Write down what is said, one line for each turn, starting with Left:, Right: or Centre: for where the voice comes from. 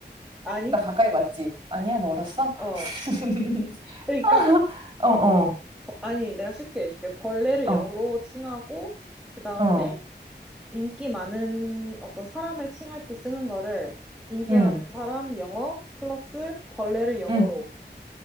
Centre: 아니?
Right: 나 가까이 왔지? 아니야, 멀었어?
Centre: 어.
Right: <laughs>
Centre: 그러니까
Right: 어, 어,
Centre: 버- 아니, 내가 쉽게 해줄게. 벌레를
Right: 어,
Centre: 영어로 칭하고, 그 다음에
Right: 어,
Centre: 인기 많은 어떤 사람을 칭할 때 쓰는 거를 인기
Right: 응,
Centre: 많은 사람 영어 플러스 벌레를 영어로.
Right: 응.